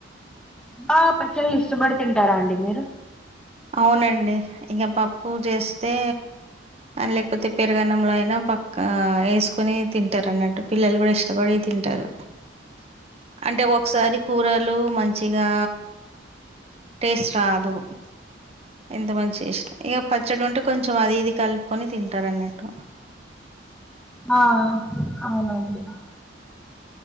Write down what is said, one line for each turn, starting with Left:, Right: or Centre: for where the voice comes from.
Centre: ఆ పచ్చళ్ళు ఇష్టపడి తింటారా అండి మీరు
Right: అవునండి ఇంకా పప్పు చేస్తే లేకపోతే పెరుగన్నంలో అయినా పక్క ఆ వేసుకొని తింటారు అన్నట్టు పిల్లలు కూడా ఇష్టపడి తింటారు అంటే ఒకసారి కూర లు మంచిగా టేస్ట్ రాదు ఎంత మంచిగ చేసిన ఇగ పచ్చడ ఉంటే కొంచెం అది ఇది కలుపుకొని తింటారన్నట్టు
Centre: ఆ అవును అవునవును